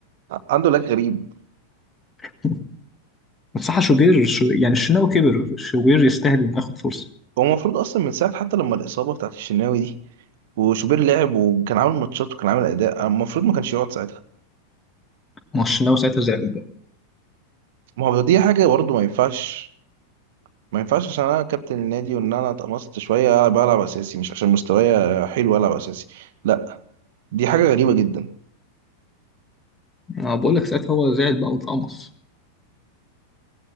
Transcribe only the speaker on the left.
<laughs> بس صح شوبير شو يعني الشناوي كبر شوبير يستاهل انه ياخد فرصه
ما هو الشناوي ساعتها زعل بقى
ما بقول لك ساعتها هو زعل بقى واتقمص